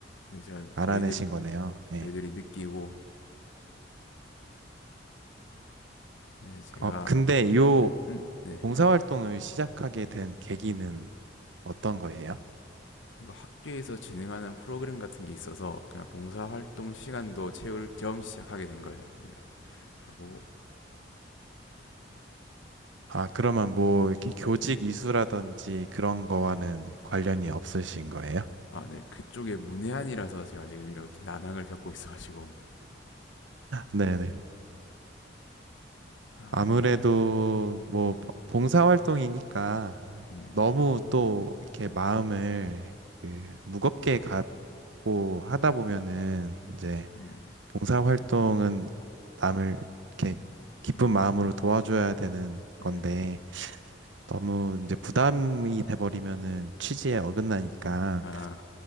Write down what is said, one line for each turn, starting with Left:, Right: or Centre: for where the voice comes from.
Left: 네, 제가
Right: 알아내신
Left: 저희들이
Right: 거네요. 예.
Left: 저희들이 느끼고 네, 제가
Right: 어, 근데 요
Left: 음, 음, 네.
Right: 봉사활동을 시작하게 된 계기는 어떤 거예요?
Left: 이거 학교에서 진행하는 프로그램 같은 게 있어서 그냥 봉사활동 시간도 채울 겸 시작하게 된 거예요. 그냥 하고
Right: 아, 그러면 뭐 이렇게 교직 이수라든지 그런 거와는 관련이 없으신 거예요?
Left: 아, 네, 그쪽에 문외한이라서 제가 지금 이렇게 난항을 겪고 있어가지고
Right: 네네.
Left: 아,
Right: 아무래도
Left: 이게
Right: 뭐 봉사활동이니까
Left: 음,
Right: 너무 또 이렇게 마음을 그 무겁게 갖고 하다 보면은 이제
Left: 음,
Right: 봉사활동은 남을 이렇게 기쁜 마음으로 도와줘야 되는 건데
Left: 음,
Right: 너무 이제 부담이 돼버리면은 취지에 어긋나니까
Left: 아,